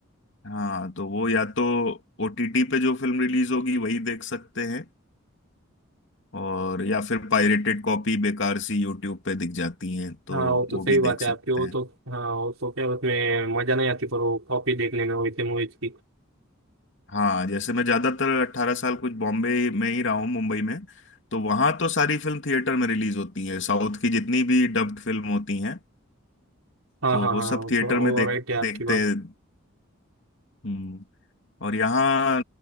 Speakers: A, on the left; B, on the right.
A: हाँ तो वो या तो ओटीटी पे जो फिल्म रिलीज होगी वही देख सकते हैं और या फिर पायरेटेड कॉपी बेकार सी यूट्यूब पे दिख जाती हैं तो
B: हाँ वो तो
A: वो
B: सही
A: भी
B: बात
A: देख सकते
B: है आपकी वो
A: हैं
B: तो हाँ वो तो क्या उसमें मजा नहीं आती पर वो कॉपी देखने में वैसे मूवीज की
A: हाँ जैसे मैं ज्यादातर अट्ठारह साल कुछ बॉम्बे में ही रहा हूँ मुंबई में तो वहां तो सारी फिल्म थिएटर में रिलीज होती है साउथ की जितनी भी डब्ड फिल्म होती हैं
B: हाँ
A: तो
B: हाँ
A: वो
B: हाँ
A: सब
B: वो,
A: थिएटर
B: तो,
A: में
B: वो
A: देख
B: राइट है आपकी
A: देखते
B: बात
A: हैं हम्म, और यहाँ